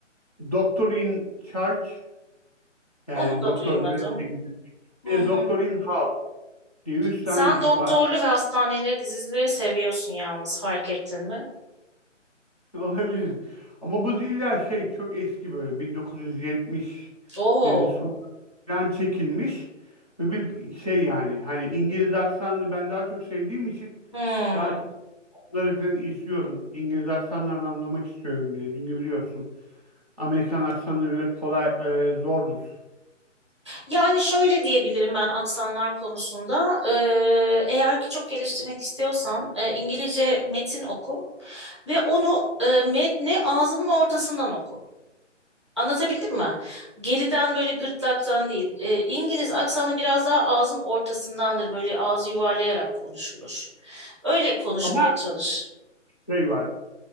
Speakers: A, on the left (about 30°); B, on the right (about 25°).
A: Doctor in Charge yani
B: Onu da
A: doktor
B: duymadım.
A: görevde gibi.
B: Hı
A: Bir de
B: hı.
A: Doctor in House diye üç tane
B: Sen
A: dizi
B: doktorlu
A: var.
B: ve hastaneleri dizileri seviyorsun yalnız fark ettin mi?
A: <laughs> Olabilir. Ama bu diziler şey çok eski böyle 1970'lerin
B: Oo.
A: sonundan çekilmiş ve bir şey yani hani İngiliz aksanını ben daha çok sevdiğim için
B: Hı.
A: daha çok bunları falan izliyorum. İngiliz aksanlarını anlamak istiyorum bile. Çünkü biliyorsun Amerikan aksanına göre kolay e, zordur.
B: Yani şöyle diyebilirim ben aksanlar konusunda. Ee, eğer ki çok geliştirmek istiyorsan e, İngilizce metin oku ve onu e, metni ağzının ortasından oku. Anlatabildim mi? Geriden böyle gırtlaktan değil. Ee, İngiliz aksanı biraz daha ağzın ortasındandır. Böyle ağzı yuvarlayarak konuşulur. Öyle konuşmaya
A: Ama
B: çalış.
A: şey var.